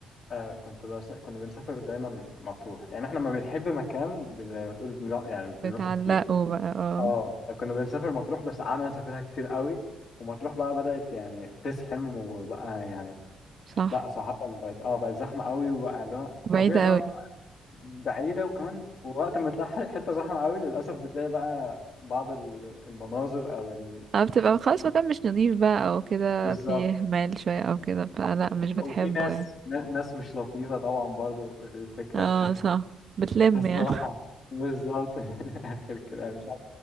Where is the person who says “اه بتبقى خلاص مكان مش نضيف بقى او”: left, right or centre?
Right